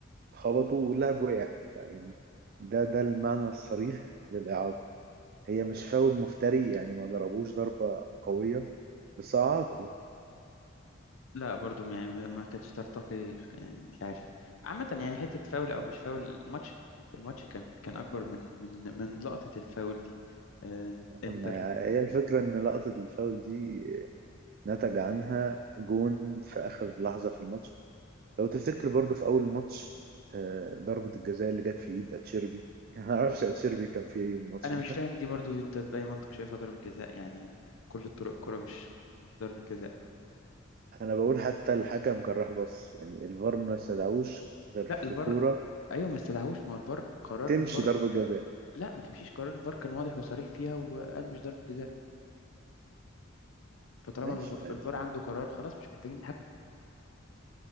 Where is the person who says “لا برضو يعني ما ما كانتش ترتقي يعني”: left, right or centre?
Left